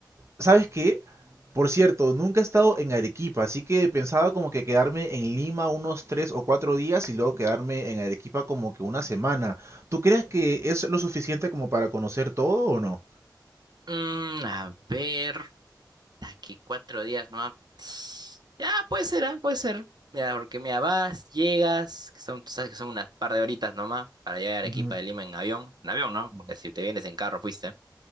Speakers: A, on the right; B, on the right.
A: ¿Sabes qué? Por cierto, nunca he estado en Arequipa, así que pensaba como que quedarme en Lima unos tres o cuatro días y luego quedarme en Arequipa como que una semana. ¿Tú crees que es lo suficiente como para conocer todo o no?
B: Mm, a ver, aquí cuatro días, ¿no? Ah, Ya, puede ser, ah, Puede ser. Mira, porque mira, vas, llegas, que son, tú sabes que son unas par de horitas nomás para llegar a Arequipa
A: Ujú,
B: de Lima en avión. En avión, ¿no?
A: ujú.
B: Porque si te vienes en carro, fuiste.